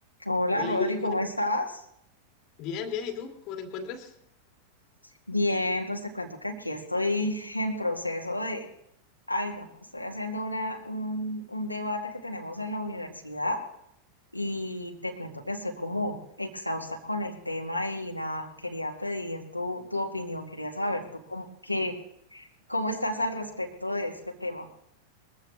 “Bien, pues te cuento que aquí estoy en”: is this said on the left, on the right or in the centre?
Left